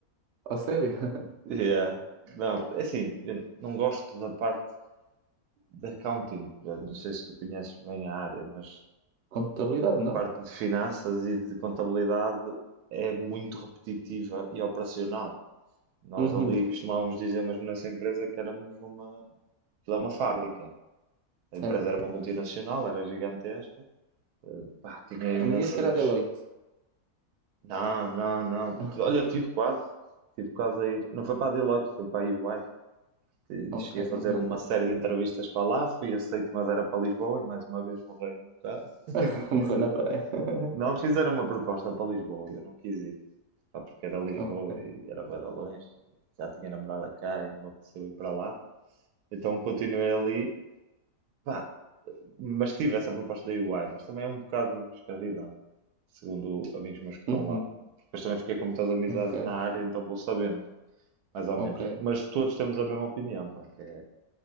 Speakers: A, on the right; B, on the right.
A: Oh, sério? <laughs>
B: Yeah. Não, é assim, eu não gosto da parte de accounting. Eu Não sei se tu conheces bem a área, mas
A: Contabilidade, não?
B: parte de finanças e de contabilidade é muito repetitiva e operacional. Nós
A: Uhum,
B: ali costumávamos dizer, mesmo nessa empresa, que éramos uma, aquilo é uma fábrica. A
A: certo.
B: empresa era uma multinacional, era gigantesca, eh, pá, tinha imensas.
A: Não me digas que era a Deloitte.
B: Não, não, não.
A: <laughs>
B: Olha, tive quase, tive quase a ir. Não foi para a Deloitte, foi para a EY. E
A: Ok,
B: Cheguei a fazer
A: não conheço
B: uma
A: esse.
B: série de entrevistas para lá, fui aceito, mas era para Lisboa e mais uma vez morrei no caso <laughs>
A: <laughs>
B: e não quis
A: Morreu
B: ir.
A: na parede. <laughs>
B: Não fizeram uma proposta para Lisboa, e eu não quis ir. pá, porque era Lisboa
A: Ok.
B: e era bué de longe, já tinha namorada cá e não me apeteceu ir para lá. Então continuei ali, pá, mas tive essa proposta da UI, mas também é um bocado escravidão, segundo amigos meus que estão
A: Uhum,
B: lá. Depois também fiquei com muitas amizades
A: ok,
B: na área, então vou sabendo, mais ou
A: ok.
B: menos. Mas todos temos a mesma opinião, pá, que é,